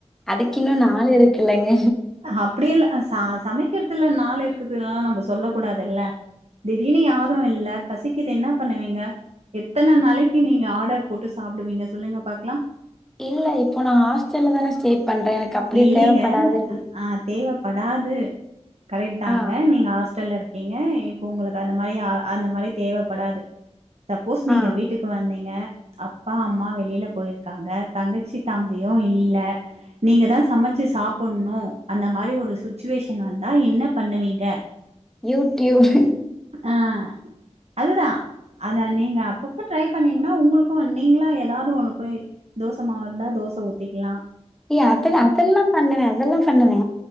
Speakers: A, in the centre; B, on the right.
A: அதுக்கு இன்னு நாள் இருக்கு இல்லைங்க
B: அப்டி இல்ல சா சமைக்கற்துல நாள் இருக்குதுனால நம்ம சொல்ல கூடாதுல்ல திடீனு யாரு இல்ல பசிக்கிது என்னா பண்ணுவீங்க எத்தன நாளைக்கி நீங்க ஆடர் போட்டு சாப்டுவீங்க சொல்லுங்க பாக்லா
A: இல்ல இப்ப நா ஹாஸ்டல்ல தானே ஸ்டே பண்றே எனக்கப்டி
B: இல்லைங்க
A: தேவ்ப்படாதுன்
B: அ தேவப்படாது கரேட்தாங்க
A: ஆ
B: நீங்க ஹாஸ்டல்ல இருக் இங்க இப்ப உங்களுக்கு அந்த மாரி அ அந்த மாரி தேவப்படாது சப்போஸ் நீங்க
A: ஆ
B: வீட்டுக்கு வந்தீங்க அப்பா அம்மா வெளில போய்ர்க்காங்க தங்கச்சி தம்பியு இல்ல நீங்க தா சமச்சு சாப்புண்ணு அந்த மாரி ஒரு சுச்சுவேஷன் வந்தா என்ன பண்ணுவீங்க
A: யூடியூப்
B: ஆ அதுதா அதா நீங்க அப்பப்போ ட்ரை பண்ணிங்கன்னா உங்களுக்கு நீங்களா ஏதாவது ஒன்னு பொய் தோச மாவ் இந்தா தோச ஊத்திக்லா
A: ஏ அதல அதல்லா பண்ணுவே அதல்லா ஃபண்ணுவே